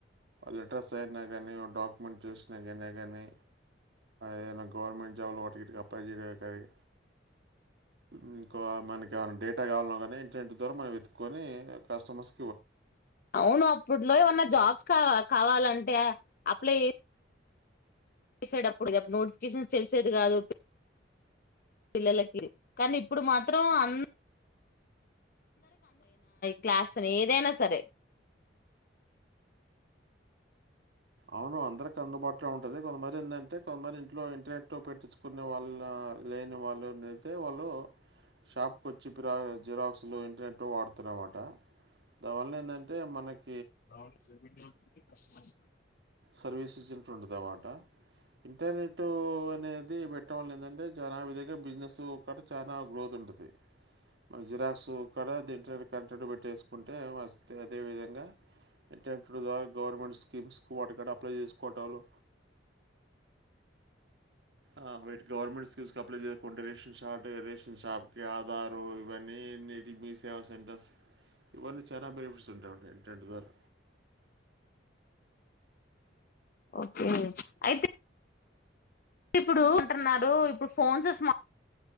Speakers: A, on the right (about 65°); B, on the left (about 50°).
A: లెటర్స్ అయినా కానీ డాక్యుమెంట్ చేసినా కానా కానీ ఏవన్న గవర్నమెంట్ జాబ్లు వాటికి వీటికిఅప్లై చేయడంకానీ మీ కొ ఆర్న్ నానికి డేటా కావాలన్న కానీ ఇంటర్‌నెట్ ద్వారా మనం వెతుకొని కస్టమర్స్
B: అవును అప్పుట్లో ఏమన్నా జాబ్స్ కా కావాలంటే అప్లై చె వేసెడప్పుడు గా నూన్స్ <unintelligible> చేసేది కాదు పిల్లలకి కానీ ఇప్పుడు మాత్రం అన్ క్లాస్ అయినా ఏదైనా సరే
A: అవును అందరికి అందుబాట్ ఇంట్లొ ఉంటది కొంతమరి ఎందంటే కొల్మరి ఇంట్లోఇంటర్నెట్ పెట్టించుకునే వాళ్ళ లేని వాళ్ళు దే వాళ్ళు షాప్ కి వచ్చి పిరా జిరక్స్ లు ఇంటర్నెట్ వాడుతున్నారన మాట దానివల్ల ఏందంటే ఎ మనక్
B: అవును రవెన్యూ కి కస్టమర్స్ కి
A: సర్వీస్ ఇచ్చినట్టు ఉండుదన్నమాట ఇంటర్నెట్ అనేది బెట్ పెట్టడం వల్ల ఏంటంటే చాలా విధంగా బిజినెస్ కాడ చాలా గ్రోత్ ఉంటాది మన జిరాక్స్ ఇక్కడ ద ఇంటర్నెట్ కనెక్టట్ పెట్టేసుకుంటే వే అదేవిధంగా ఇంటర్నెట్ ద్వారా గవర్నమెంట్స్ కిబ్బ్ ఓటర్ కార్డ్ అప్లై చేసుకోవాటలు ఆ వెట్ గవర్నమెంట్స్ పీస్ కి అప్లే చేయం కొండ రేషన్ ఇరి <unintelligible> రేషన్ షాప్కి ఆధారు ఇవన్నీన్నిటి మీ సేవా సెంటర్స్ ఇవన్నీ చాలా బెనిఫిట్స్ ఉంటాయి బ్రో టెండ్ గర్
B: ఓకే అయితే ఇప్పుడు అంటున్నారు ఇప్పుడు ఫోన్స్స్